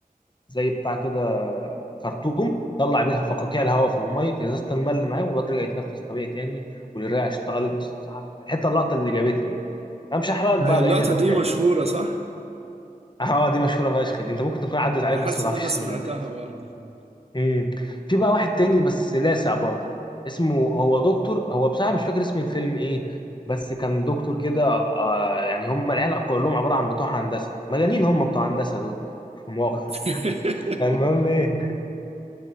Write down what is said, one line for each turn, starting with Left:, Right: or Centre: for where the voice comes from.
Left: زي بتاع كده خرطوم طلع بيها فقاقيع الهواء في الميه في ازازه الماء اللي معاه والواد رجع يتنفس طبيعي تاني والرئه اشتغلت بس بصراحة الحته اللقطه اللي جابتني دي انا مش هحرقك بقى
Right: هي اللقطة
Left: بقيه البتاع
Right: دي مشهورة صح
Left: <laughs> اه دي مشهوره فشخ دي انت ممكن تكون عدت عليك
Right: انا
Left: بس
Right: حاسس
Left: ما
Right: ان
Left: تعرفش
Right: انا سمعتها
Left: اسم الاسم
Right: برضه فعلا
Left: امم في بقى واحد تاني بس لاسع برضه اسمه هو دكتور هو بصراحه مش فاكر اسم الفيلم ايه بس كان دكتور كده آه يعني هم العيال كلهم عباره عن بتوع هندسه مجانين هم بتوع هندسه دول <laughs> مؤاخذة
Right: <laughs>
Left: فالمهم ايه